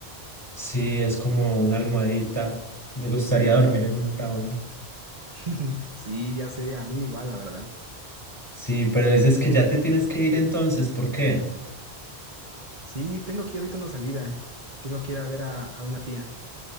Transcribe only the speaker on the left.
Sí, es como una almohadita. Me gustaría dormir en un brownie.
Sí, pero dices que ya te tienes que ir entonces, ¿por qué?